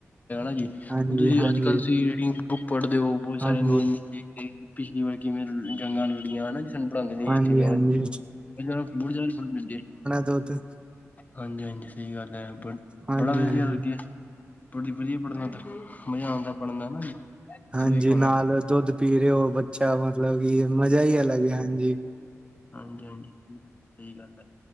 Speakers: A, on the left (about 30°); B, on the right (about 20°).
A: ਤੇ ਹਨਾ ਜੀ ਹੁਣ
B: ਹਾਂਜੀ
A: ਤੁਸੀਂ
B: ਹਾਂਜੀ
A: ਕੱਲ ਤੁਸੀਂ ਰੀਡਿੰਗ ਬੁੱਕ ਪੜ੍ਹਦੇ ਹੋ ਬਹੁਤ ਸਾਰੇ
B: ਹਾਂਜੀ
A: ਨੌਲਜ ਮਿਲੇਗੇ ਪਿਛਲੀ ਵਾਰ ਕਿਵੇਂ ਜੰਗਾ ਲੜਿਆ ਲੜਿਆ ਹਨਾ ਜੀ ਸਾਨੂੰ ਪੜ੍ਹਾਂਦੇ ਨੇ
B: ਹਾਂਜੀ
A: ਹਿਸਟਰੀ ਵਗੈਰਾ
B: ਹਾਂਜੀ
A: 'ਚ ਇਹ ਜ਼ਰਾ ਫੋਨ 'ਚ ਥੋੜੀ ਮਿਲਦੀ ਹੈ।
B: ਦਾ ਤੇ। <unintelligible>
A: ਹਾਂਜੀ ਹਾਂਜੀ ਸਹੀ ਗੱਲ ਹੈ ਬ
B: ਹਾਂਜੀ
A: ਬੜਾ ਵਧੀਆ
B: ਹਾਂਜੀ
A: ਵਧੀਆ ਲੱਗਿਆ। ਫਰੀ ਪੜ੍ਹਣਾ ਤੇ ਹੂੰ ਮਜ਼ਾ ਆਉਂਦਾ ਪੜ੍ਹਨ ਦਾ ਹਨਾ ਜੀ। ਤੁਸੀਂ
B: ਹਾਂਜੀ
A: ਵੇਖਿਆ ਹੋਣਾ
B: ਨਾਲ ਦੁੱਧ ਪੀ ਰਹੇ ਹੋ ਬੱਚਾ ਮਤਲਬ ਕਿ ਮਜ਼ਾ ਹੀ ਅਲੱਗ ਹਾਂਜੀ।
A: ਹਾਂਜੀ ਹਾਂਜੀ ਸਹੀ ਗੱਲ ਹੈ।